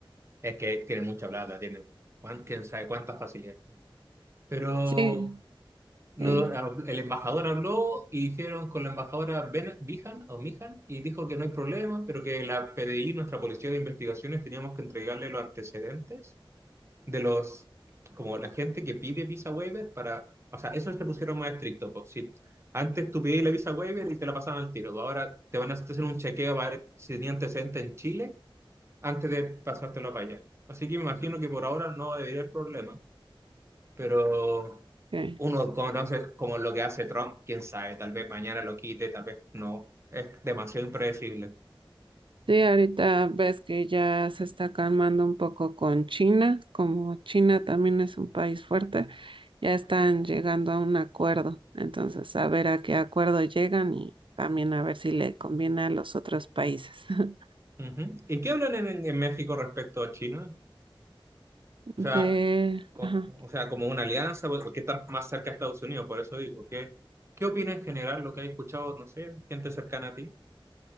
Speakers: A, on the right; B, on the right.
A: es que tienen mucha plata, tienen cuán- quién sabe cuántas facilidades. tienen. Pero
B: Sí, sí.
A: No, el embajador habló y hicieron con la embajadora Ben Bijan o Mijan y dijo que no hay problema, pero que la PDI, nuestra policía de investigaciones, teníamos que entregarle los antecedentes de los, como la gente que pide visa waiver para, o sea, eso se pusieron más estricto, pues, si antes tú pedías la visa waiver y te la pasaban al tiro, pues, ahora te van a hacer un chequeo para ver si tenía antecedentes en Chile antes de pasártelo para allá. Así que me imagino que por ahora no debería haber problema, pero
B: ok.
A: uno conoce como lo que hace Trump, quién sabe, tal vez mañana lo quite, tal vez no. Es demasiado impredecible.
B: Sí, ahorita ves que ya se está calmando un poco con China, como China también es un país fuerte, ya están llegando a un acuerdo, entonces a ver a qué acuerdo llegan y también a ver si le conviene a los otros países. <laughs>
A: Ujú. ¿Y qué hablan en, en México respecto a China?
B: De,
A: O sea, com-
B: ajá.
A: o sea, como una alianza, porque porque están más cerca a Estados Unidos, por eso digo, ¿qué, qué opina en general lo que has escuchado, no sé, gente cercana a ti?